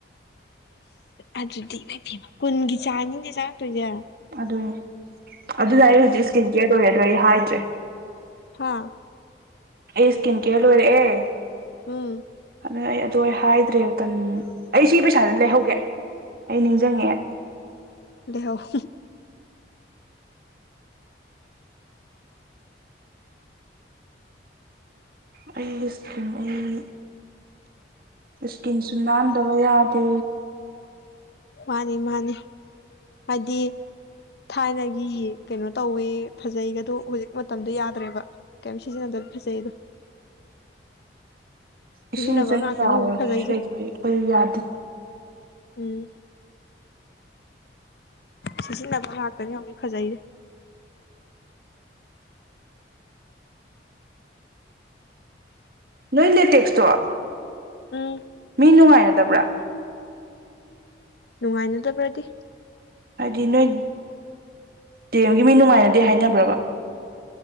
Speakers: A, on the left; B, on the right.
A: ꯑꯗꯨꯗꯤ ꯂ ꯄꯤ ꯀꯨꯟꯒꯤ ꯆꯥꯡꯅꯤꯅꯦꯦ ꯆꯥꯉꯛꯇꯣꯏꯁꯦ
B: ꯑꯗꯨꯗꯋꯦ ꯑꯗꯨꯗ ꯑꯩ ꯍꯧꯖꯤꯛ ꯏꯁꯀꯤꯟ ꯀꯦꯌꯔ ꯑꯣꯏꯔꯦꯗꯣ ꯑꯩ ꯍꯥꯏꯗ꯭ꯔꯦ
A: ꯍꯥꯥ
B: ꯑꯩ ꯏꯁꯀꯤꯟ ꯀꯦꯌꯔ ꯑꯣꯏꯣꯏꯔꯦ
A: ꯎꯝ
B: ꯑꯗꯨ ꯑꯩ ꯑꯗꯨ ꯑꯩ ꯍꯥꯏꯗ꯭ꯔꯦ ꯃꯇꯝ ꯑꯩ ꯁꯤ ꯄꯩꯁꯥꯗ ꯂꯩꯍꯧꯒꯦ ꯑꯩ ꯅꯤꯡꯁꯤꯡꯉꯛꯑꯦ
A: ꯗꯍꯣ
B: ꯑꯩꯒꯤ ꯏꯁꯀꯤꯟ ꯑꯩ ꯏꯁꯀꯤꯟꯁꯨ ꯅꯥꯟꯗꯕ ꯌꯥꯗꯦ
A: ꯃꯥꯅꯤ ꯃꯥꯅꯤ ꯍꯥꯏꯗꯤ ꯊꯥꯏꯅꯒꯤ ꯀꯩꯅꯣ ꯇꯧꯋꯦ ꯐꯖꯩꯒ ꯑꯗꯨ ꯍꯧꯖꯤꯛ ꯃꯇꯝꯗꯣ ꯌꯥꯗ꯭ꯔꯦꯕ ꯀꯝꯁꯤꯁꯤꯅ ꯗ ꯐꯁꯦꯩꯣ ꯁꯤꯖꯤꯟꯅꯕ
B: ꯏꯁꯤꯡꯁꯤꯅ
A: ꯉꯥꯛꯇꯅꯤ
B: ꯇꯥꯔꯒꯤ
A: ꯍꯧꯖꯤꯛ ꯐꯖꯩꯁꯦ
B: ꯀꯩ ꯑꯩꯈꯣꯏ ꯌꯥꯗꯦ
A: ꯎꯝ ꯁꯤꯖꯤꯟꯅꯕ ꯉꯥꯛꯇꯅꯤ ꯍꯧꯅꯤ ꯐꯖꯩꯁꯦ
B: ꯅꯣꯏ ꯗ ꯇꯦꯛꯁꯇꯣ
A: ꯎꯝ
B: ꯃꯤ ꯅꯨꯡꯉꯥꯏꯅ ꯌꯥꯥꯗꯕ꯭ꯔꯥ
A: ꯅꯨꯡꯉꯥꯏꯅꯗꯕ꯭ꯔꯗꯤ
B: ꯍꯥꯏꯗꯤ ꯅꯣꯏ ꯗꯦꯝꯒꯤ ꯃꯤ ꯅꯨꯡꯉꯥꯏꯅꯗꯦ ꯍꯥꯏꯅꯕ꯭ꯔꯕ